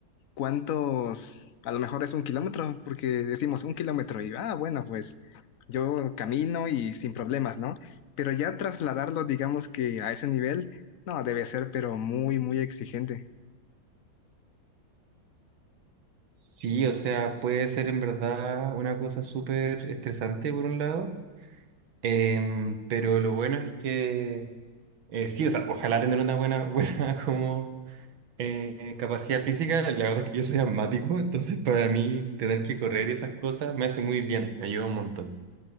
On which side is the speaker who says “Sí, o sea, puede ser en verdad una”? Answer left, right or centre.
Right